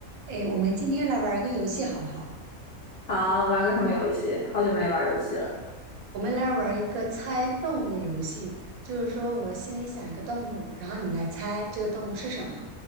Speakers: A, on the right (about 80°); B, on the left (about 65°).
A: 哎，我们今天来玩儿一个游戏好不好？
B: 好，玩个什么游戏？好久没玩游戏了。
A: 我们来玩儿一个猜动物的游戏，就是说我心里想一个动物，然后你来猜这个动物是什么。